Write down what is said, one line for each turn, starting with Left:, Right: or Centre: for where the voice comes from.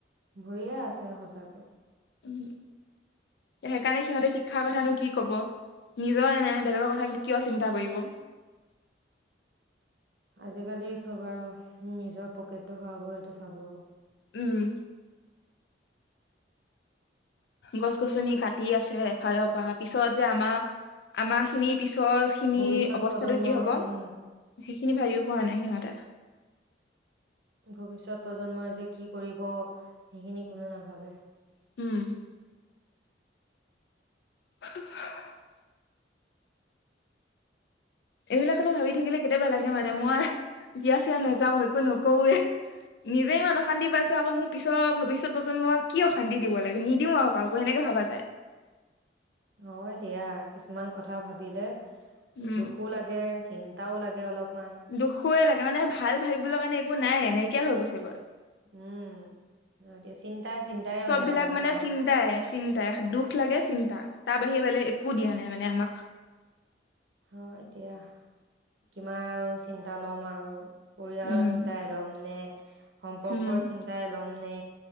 Right: ভৰিয়ে আছে সঁচাকৈ।
Left: উম। সেইকাৰণে সিহঁতে শিক্ষা কথানো কি ক'ব? নিজৰে নাই বেলেগৰ কথা কিয় চিন্তা কৰিব?
Right: আজিকালি চব আৰু নিজৰ পকেটটো ভৰাবইটো চাব।
Left: উম। গছ গছনি কাটি আছে এফালৰ পৰা, পিছত যে আমাৰ আমাৰ খিনি পিছৰ খিনিৰ
Right: ভৱিষ্যত
Left: অৱস্থাতো
Right: প্ৰজন্মৰ
Left: কি হ'ব
Right: উম
Left: সেইখিনি ভাবিও পোৱা নাই সিহঁতে।
Right: ভৱিষ্যত প্ৰজন্মই যে কি কৰিব সেইখিনি কোনো নাভাবে
Left: উম <unintelligible> এইবিলাক কথা ভাবি থাকিলে কেতিয়াবা লাগে মানে মই বিয়া চিয়া নাযাও একো নকৰোৱে নিজেই <unintelligible> অশান্তি পাইছো আকৌ মোৰ পিছৰ ভৱিষ্যত প্ৰজন্মক কি অশান্তি দিব লাগে নিদিওঁ আৰু কাকো এনেকে ভাবা যায়
Right: অ দিয়া কিছুমান কথা ভাবিলে
Left: উম
Right: দুখো লাগে চি চিন্তা লাগে অলপমান
Left: দুখুৱে লাগে মানে ভাল ভাবিবলৈ কাৰণে একো নাই নাইকিয়া হৈ গৈছে গৈ
Right: উম এতিয়া চিন্তাই চিন্তাই
Left: চব
Right: মানে
Left: বিলাক
Right: মানুহৰ
Left: চিন্তাই চিন্তাই দুখ লাগে চিন্তা তাৰ বাহিৰে বেলেগ একো দিয়া নাই মানে আমাক
Right: অ এতিয়া কিমান আৰু চিন্তা লম আৰু পৰিয়ালৰ
Left: উম
Right: চিন্তাই ল'ম নে সম্পৰ্কৰ
Left: উম
Right: চিন্তাই ল'ম নে